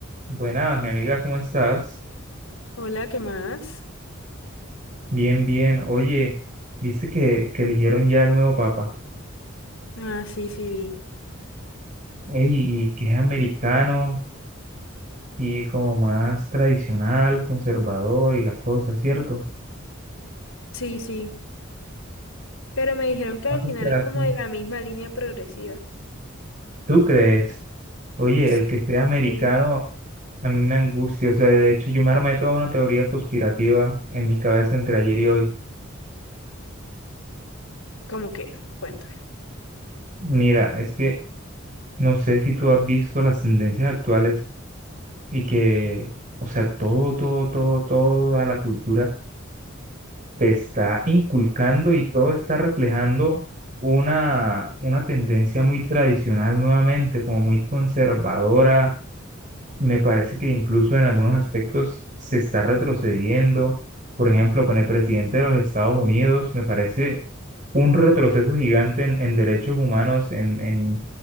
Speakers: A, on the right (about 40°); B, on the left (about 85°).
A: Buenas, mi amiga, ¿cómo estás?
B: Hola, ¿qué más?
A: Bien, bien. Oye, dice que, que eligieron ya el nuevo papa.
B: Ah, sí, sí, vi.
A: Ey, y que es americano y como más tradicional, conservador y las cosas, ¿cierto?
B: Sí, sí. Pero me dijeron que
A: Ah,
B: al
A: o
B: final
A: sea,
B: es como
A: sí.
B: de la misma línea progresiva.
A: ¿Tú crees? Oye,
B: Sí.
A: el que esté americano
B: Sí.
A: a mí me angustia. O sea, de hecho, yo me armé toda una teoría conspirativa en mi cabeza entre ayer y hoy.
B: ¿Cómo que? Cuéntame.
A: Mira, es que no sé si tú has visto las tendencias actuales y que, o sea, todo, todo, todo, toda la cultura te está inculcando y todo está reflejando una, una tendencia muy tradicional nuevamente, como muy conservadora. Me parece que incluso en algunos aspectos se está retrocediendo. Por ejemplo, con el presidente de los Estados Unidos, me parece un retroceso gigante en, en derechos humanos, en, en,